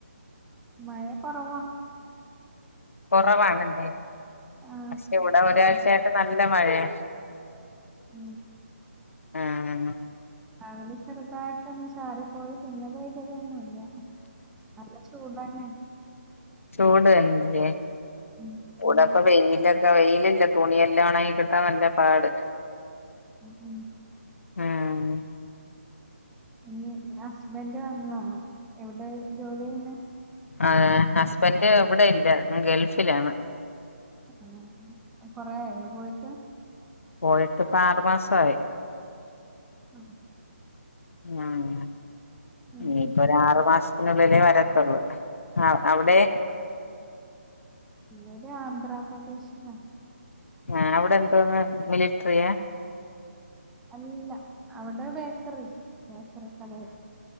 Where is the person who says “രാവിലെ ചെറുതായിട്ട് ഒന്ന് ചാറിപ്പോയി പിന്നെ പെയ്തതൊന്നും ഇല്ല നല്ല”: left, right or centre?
Centre